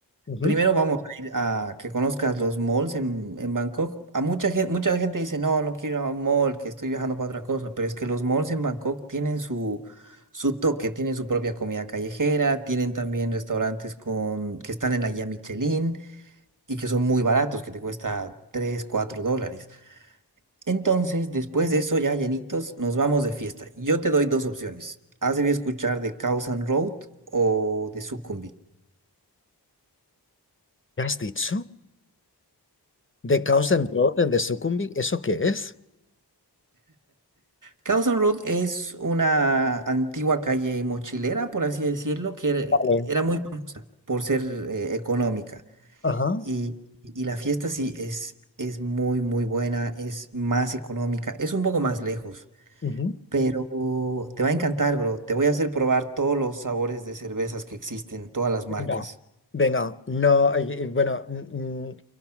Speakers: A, on the left (about 30°); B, on the right (about 50°).
A: Ujú.
B: Primero vamos a ir a que conozcas los malls en, en Bangkok. A mucha gente, mucha gente dice, no, no quiero ir a un mall, que estoy viajando para otra cosa, pero es que los malls en Bangkok tienen su, su toque, tienen su propia comida callejera, tienen también restaurantes con, que están en la guía Michelin y que son muy baratos, que te cuesta 3 4 dólares. Entonces, después de eso, ya llenitos, nos vamos de fiesta. Yo te doy dos opciones. Has debido escuchar de Khao San Road o de Sukhumvit.
A: ¿Qué has dicho? ¿De Chaos and Road en The Succumbi? ¿Eso qué es?
B: Carlson Road es una antigua calle mochilera, por así decirlo, que era,
A: Vale,
B: era muy famosa por ser eh, económica.
A: Ajá.
B: Y, y la fiesta sí es, es muy, muy buena, es más económica, es un poco más lejos,
A: ujú.
B: pero te va a encantar, bro. Te voy a hacer probar todos los sabores de cervezas que existen, todas las marcas.
A: venga. Venga, no, eh, eh, bueno, mm, mm,